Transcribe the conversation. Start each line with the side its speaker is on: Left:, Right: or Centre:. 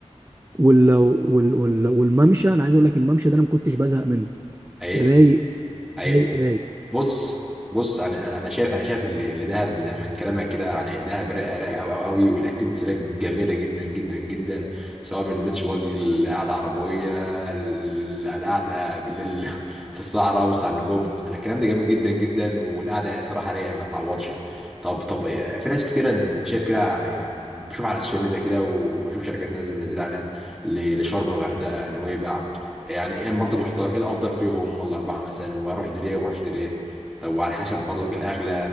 Right: وال... وال... وال... والممشى انا عايز اقول لك الممشى ده انا ما كنتش بزهق منه
Centre: حقيقي
Right: رايق
Centre: حقيقي
Right: رايق رايق
Centre: بص بص انا انا شايف انا شايف اللي اللي دهب زي ما من كلامك كده يعني دهب رايق رايق قوي قوي قوي والاكتيفيتيز هناك جميله جدا جدا جدا سواء من بيتش باجي القعده عربيه ال- القعده بالليل <laughs> في الصحراء وسط على النجوم انا الكلام ده جميل جدا جدا والقعده صراحه رايقه ما تعوضش طب طب إيه، في ناس كتير أنا شايف كده يعني بشوف على السوشيال ميديا كده وبشوف شركات نازله منزله اعلانات ل- لشرم الغردقه نويبع يعني ايه برضه محتار ايه الافضل فيهم هم الاربعه مثلا واروح دي ليه وما اروحش دي ليه طب وعلى حسب برضك ايه الاغلى